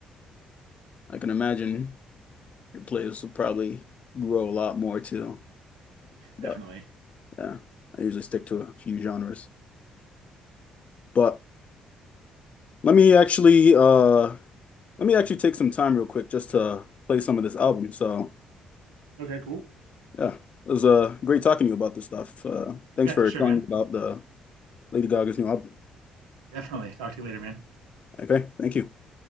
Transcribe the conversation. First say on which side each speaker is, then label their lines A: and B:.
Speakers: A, on the left; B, on the right.
A: I can imagine your playlist will probably grow a lot more too. But
B: Definitely.
A: yeah, I usually stick to a few genres, but. Let me actually uh let me actually take some time real quick just to play some of this album. So
B: Okay, cool.
A: yeah, it was uh great talking to you about this stuff. Uh thanks
B: Yeah,
A: for
B: for sure,
A: telling
B: man.
A: me about the Lady Gaga's new album.
B: Definitely. Talk to you later, man.
A: Okay, thank you.